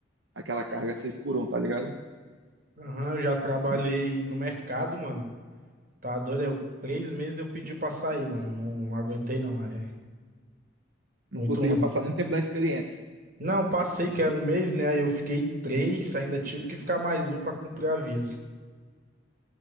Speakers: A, on the right; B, on the right.
A: aquela carga 6 por um tá ligado?
B: Aham, eu já trabalhei
A: E
B: no mercado, mano. Tá doido? Eu, três meses eu pedi pra sair, mano. Não, não aguentei, não. É
A: Não
B: muito
A: conseguiu
B: ruim.
A: passar nem tempo da experiência.
B: Não, passei que era um mês, né? Aí eu fiquei três, ainda tive que ficar mais um pra cumprir aviso.